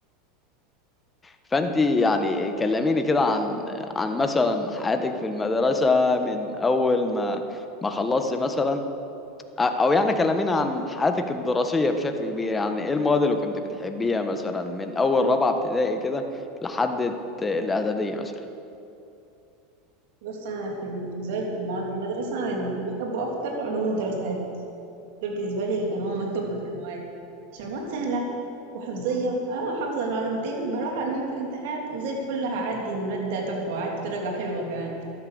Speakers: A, on the left; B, on the right.
A: فأنت يعني كلميني كده عن عن مثلا حياتك في المدرسة من أول ما ما خلصت مثلا او يعني كلمينا عن حياتك الدراسيه بشكل كبير يعني ايه المواد اللي كنت بتحبيها مثلا من اول رابعه ابتدائي كده لحد الت- الاعداديه مثلا
B: بص انا في الم- بالنسبة لي في المواد المدرسة انا اللي بحبه اكتر علوم ودراسات دول بالنسبة لي كانوا هم التوب في المواد عشان المواد سهلة وحفظية اه حافظة المعلومتين بروح ارميهم في الامتحان وزي الفل هعدي المادة تحفة وهعدي درجة حلوة كمان